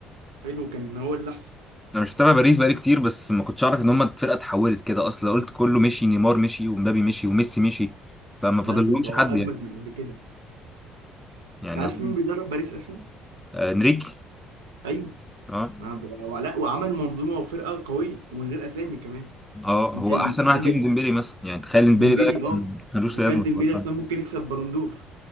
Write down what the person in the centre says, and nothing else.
انا مش متابع باريس بقالي كتير بس ما كنتش اعرف ان هم الفرقه اتحولت كده اصلا قلت كله مشي نيمار مشي ومبابي مشي وميسي مشي فما فاضلهمش
حد
يعني
يعني
اظن
آه انريكي
اه
اه
هو
احسن
واحد فيهم ديمبلي مثلا يعني تخيل ديمبلي
ده
كان ملوش
لازمه
في برشلونه